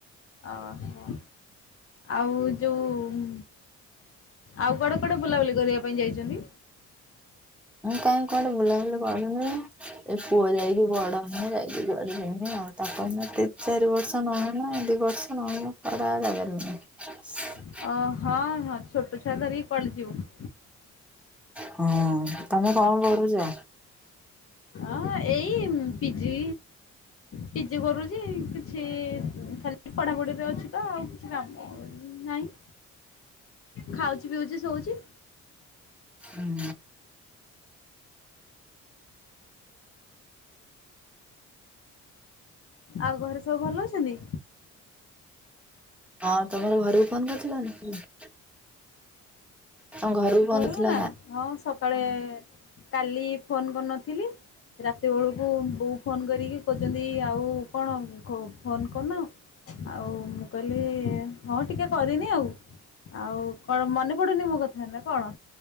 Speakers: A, on the left (about 50°); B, in the centre.
A: ଓହୋ!। ଆଉ ଯଉଁମ୍ ଆଉ କୁଆଡେ କୁଆଡେ ବୁଲାବୁଲି କରିବା ପାଇଁ ଯାଇଚନ୍ତି?
B: କାଇଁ, କୁଆଡେ ବଲାବୁଲି କରିନି? ଏ ପୁଅ ଯାଇକି ବଡ ହେନେ, ଯାଇକି ଜୁଆଡେ ଯିମି ଆଉ। ତାକୁ ଏଇନା ତିନି ଚାରିବର୍ଷ ନହେନେ, ଦି ବର୍ଷ ଆଉ କଡା ଜାଗାରେ <unintelligible>
A: ଅ, ହଁ, ହଁ ଛୋଟ ଛୁଆ ଧରିକି କୁଆଲେ ଯିବ?
B: ହୁଁ, ତମେ କଣ କରୁଛ?
A: ହଁ, ଏଇ ପିଜି। ପିଜି କରୁଛି, କିଛି ଖାଲି ପଢାପଢିରେ ଅଛି ତ, ଆଉ କିଛି କାମ ନାଇଁ। ଖାଉଛି, ପିଉଛି, ଶୋଉଛି।
B: ହୁଁ।
A: ଆଉ ଘରେ ସବୁ ଭଲ ଅଛନ୍ତି?
B: ହଁ, ତମର ଘରକୁ ଫୋନ୍ କରିଥିଲା ନା? <inaudible> ତମ ଘରକୁ ଫୋନ
A: ଘରୁକୁ
B: କରିଥିଲ
A: ନା! ହଁ ସକାଳେ କାଲି ଫୋନ୍ କରିନଥିଲି। ରାତି ବେଳକୁ ବୋଉ ଫୋନ୍ କରିକି କହୁଛନ୍ତି, ଆଉ କଣ କ ଫୋନ୍ କରୁ୍ନ୍? ଆଉ, ମୁଁ କହିଲି, ହଁ ଟିକେ କରିନି ଆଉ। ଆଉ କଣ ମନେ ପଡୁନି ମୋ କଥା ନା କଣ?